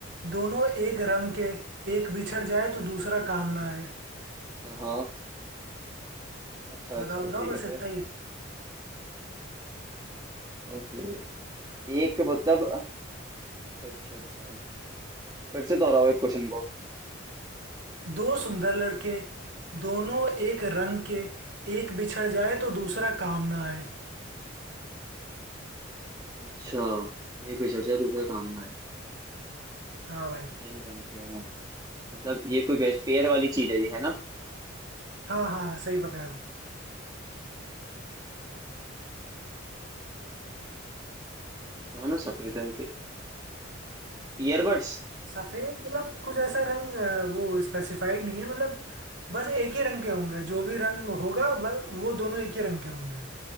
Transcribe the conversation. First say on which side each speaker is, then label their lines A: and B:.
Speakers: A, on the right; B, on the right.
A: दोनों एक रंग के एक बिछड़ जाए तो दूसरा काम ना आए
B: हाँ हाँ, अच्छा
A: बताओ
B: अच्छा
A: बताओ
B: ठीक
A: बस
B: है फिर
A: इतना ही है
B: ओके एक मतलब अच्छा अच्छा फिर से दोहराओ एक क्वेश्चन को
A: दो सुंदर लड़के दोनों एक रंग के एक बिछड़ जाए तो दूसरा काम ना आए
B: अच्छा एक विषय से दूसरे काम में आए
A: हाँ भाई
B: सेम रंग के हैं मतलब ये कोई बेस पेयर वाली चीज है ये है ना
A: हाँ हाँ हाँ, सही पकड़े हो
B: दोनों सफेद रंग के Earbuds
A: सफेद मतलब कुछ ऐसा रंग अ, वो स्पेसिफाइड नहीं है मतलब बस एक ही रंग के होंगे जो भी रंग होगा ब- वो दोनों एक ही रंग के होंगे